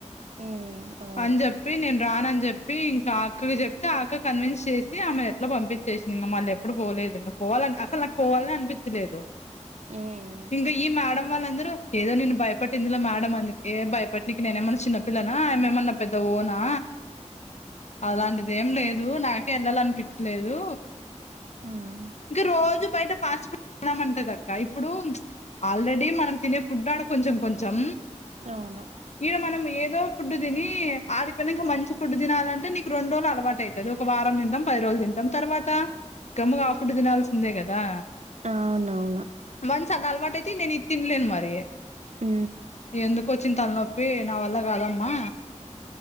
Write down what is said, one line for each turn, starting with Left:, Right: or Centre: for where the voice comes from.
Right: హ్మ్ అవును
Left: అని చెప్ చెప్పి నేను రానని చెప్పి ఇంకా అక్కకి చెప్తే అక్క కన్విన్స్ చేసి ఆమెను ఎట్లా పంపించేసింది మళ్ళీ ఎప్పుడు పోలేదు ఇంగ పోవాలని అసలు నాకు పోవాలని అనిపించలేదు
Right: ఉమ్
Left: ఇంకా ఈ మేడం వాళ్ళందరూ ఏదో నేను భయపట్టిందిలో మేడం అందుకే ఏ భయపట్టిననికి నేనే ఏమన్నా చిన్నపిల్లనా ఆమేమన్నా నా పెద్ద ఓనా అలాంటిది ఏం లేదు నాకే వెళ్లాలనిపించలేదు
Right: ఉమ్
Left: ఇంగ రోజు బయట పాచి పన్ తిన్నామంటదక్క ఇప్పుడు ఆల్రెడీ మనం తినే ఫుడ్ ఆడ కొంచెం కొంచెం
Right: అవును
Left: ఇడా మనం ఏదో ఫుడ్డు తిని ఆడిపోయినంక మంచి ఫుడ్ తినాలంటే నీకు రెండు రోజులు అలవాటు అవుంది ఒక వారం తింటాం పది రోజులు తింటాం తర్వాత గమ్ముగా ఆ ఫుడ్ తినాల్సిందే కదా
Right: అవునవును
Left: వన్స్ అది అలవాటు అయితే నేను ఇది తినలేను మరి
Right: ఉ
Left: ఎందుకు వచ్చింది తలనొప్పి నా వల్ల కాదమ్మా